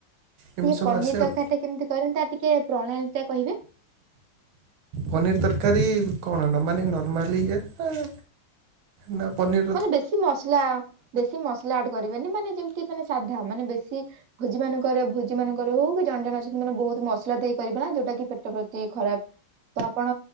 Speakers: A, on the right; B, on the right.
A: ଏମିତି
B: ଟିକେ
A: ସବୁ
B: ପନିର
A: ଆସେ
B: ତରକାରୀ
A: ଆଉ
B: ଟା କେମିତି କରନ୍ତି ତାର ଟିକେ ପ୍ରଣାଳୀ ଟା କହିବେ?
A: ପନିର ତରକାରୀ କଣ ମାନେ ନର୍ମାଲି ଇଏରେ ନା ନା ପନିର
B: ମାନେ ବେଶୀ ମସଲା, ବେଶୀ ମସ ଲା ଆଡ଼ କରିବେନି ମାନେ ଯେମତି ମାନେ ସାଧା ମାନେ ବେଶୀ ଭୋଜି ମାନଙ୍କରେ ଭୋ ଜି ମାନଙ୍କରେ ହଉ କି ଜଣେ ଜଣେ ଅଛନ୍ତି ମାନେ ବହୁତ ମସଲା ଦେଇ କରି ନା ଯୋଉଟା କି ପେଟ ପ୍ରତି ଖରାପ। ତ ଆପଣ